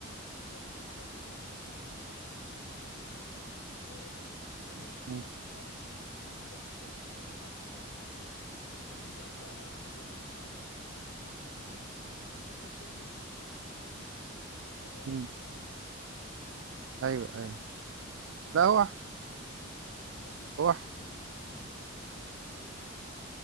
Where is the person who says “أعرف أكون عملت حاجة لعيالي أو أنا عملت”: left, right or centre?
Left